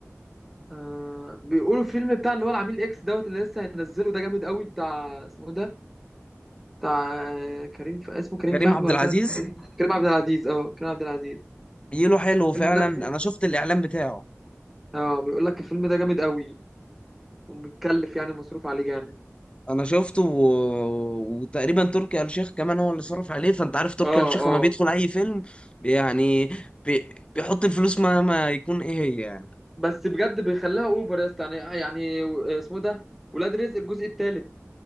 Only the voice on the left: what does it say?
كريم
عبد
العزيز
جيله حلو فعلا
انا شفت الاعلان بتاعه
انا شفته و... وتقريبا تركي آل الشيخ كمان هو اللي صرف عليه فانت عارف تركي
آل الشيخ
لما بيدخل اي فيلم يعني بي... بيحط الفلوس مهما يكون ايه هي يعني